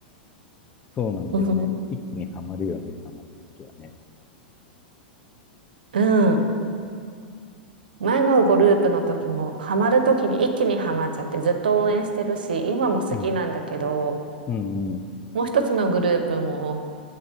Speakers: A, on the left; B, on the right.
A: そうなんだよね。
B: <laughs>
A: 一気にはまるよね、はまるときはね。
B: うん。前のグループの時も、ハマる時に一気にハマっちゃってずっと応援してるし、今も好きなんだけど、
A: うん。うんうん。
B: もう一つのグループも、